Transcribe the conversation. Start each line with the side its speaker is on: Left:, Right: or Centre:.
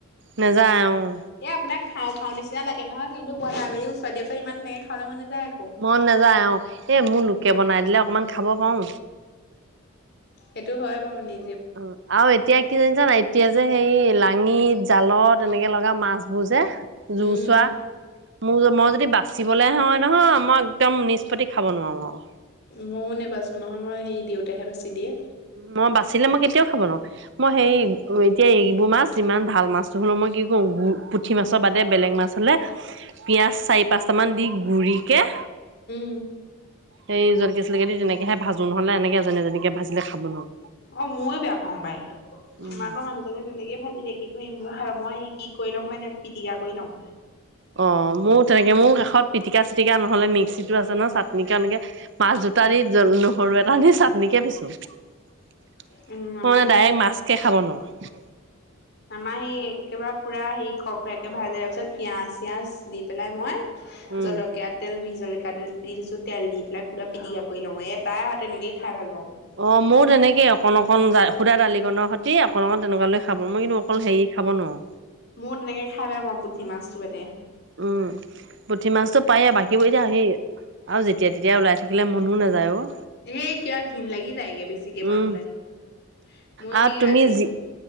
Right: নেযায় অঁ',।
Left: এ' আপোনাক খাওঁ-খাওঁ নিচিনা লাগে নহয় কিন্তু বনাই মেলি ওচৰত দিয়া পিছত ইমান তেনেকে খাব মন নাযায় আক'।
Right: মন নাযায় অঁ', এই মোৰ লোকে বনাই দিলে অকণমান খাব পাৰো।
Left: সেইটো হয় বাৰু, নি
Right: উম, আৰু এতিয়া কি জানিছা নাই- এতিয়া যে সেই লাঙিত, জালত, এনেকে লগা মাছবোৰ যে- জুচোৱা।
Left: উম
Right: মোৰ মই যদি বাচিবলৈ হয় নহয় মই একদম নিষ্পত্তি খাব নোৱাৰো আও।
Left: মইও নেবাচো নহয় মই সেই দেউতাহে বাচি দিয়ে।
Right: মই বাচিলে মই কেতিয়াও খাব নোৱাৰো। মই সেই এতিয়া এইবোৰ মাছ যিমান ভাল মাছটো হ'লো মই কি কৰো- পুঠি মাছৰ বাদে বেলেগ মাছ হ'লে পিঁয়াজ চাৰি-পাঁচটামান দি গুৰিকে-
Left: উম'।
Right: সেই জলকীয়া-চলকীয়া দি তেনেকেহে ভাজো নহ'লে এনেকে এজনী-এজনীকে ভাজিলে খাব নোৱাৰো।
Left: অঁ', মইও বেয়া পাওঁ পাই। <unintelligible>
Right: উম।
Left: যেনেকে-তেনেকে ভাজি দিয়ে কিন্তু সেই মই সেই কি কৰি ল'ম মানে পিটিকা কৰি ল'ম।
Right: অ', মোৰ তেনেকে মোৰ কাষত পিটিকা-চিটিকা নহ'লে মিক্সিতো আছে নহয় চাট- নি কণ এনেকে মাছ দুটা দি জল নহৰু এটা দি চাটনিকে পিছো। ম‌ই
Left: উম আমাৰ সেই
Right: ডাইৰেক্ট মাছকে খাব নোৱাৰো।
Left: আমাৰ সেই একেবাৰে পুৰা সেই খৰখৰিয়াকে ভাজে তাৰপিছত পিয়াজ-চিয়াজ দি পেলাই মই-
Right: উম,
Left: জলকীয়া তেল, বিজলকীয়া তেল দি দিছো তেল দি পেলাই পুৰা পিটিকা কৰি লওঁ এত তাইহঁতে এনেকেইে খাই ভাল পাওঁ।
Right: অঁ', মোৰ তেনেকে অকণ-অকণ যাই সোদা দালিকনৰ সৈতে অকণ-অকণ তেনেকুৱা লৈ খাব মই কিন্তু অকল হেৰি খাব নোৱাৰো।
Left: মও তেনেকে খাই বেয়া পাওঁ পুঠি মাছটো বাদে।
Right: উমঁ, পুঠি মাছটো পায়ে বাকীবোৰ এতিয়া হেৰি- আৰু যেতিয়া-তেতিয়া ওলাই থাকিলে মনো নাযায় অ'।
Left: সেই কিবা ঘিন লাগি যায় গে বেছিকে
Right: উম
Left: মাছ ওলাই থাকিলে। মই
Right: আৰু
Left: সেই
Right: তুমি
Left: আজি
Right: জি